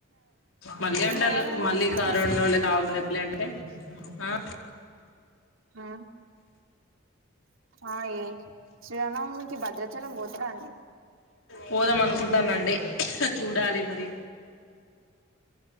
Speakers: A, on the left (about 80°); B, on the right (about 80°).
A: మళ్ళ అంటల్లు
B: పోయారండి
A: మళ్ళీ
B: ఈసారి
A: కరోలేలో <unintelligible> ఎప్పులే అంటే ఆ
B: ఆ ఆ ఏ చానా భద్రాచలం బోతార అండి
A: పోదాం అనుకుంటన్న అండి చూడాలి మరి